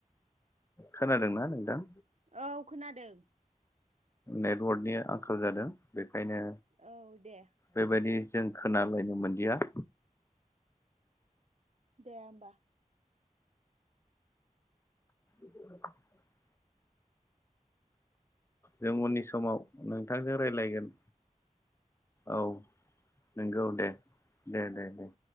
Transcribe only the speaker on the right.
औ खोनादों।
औ दे
दे होमबा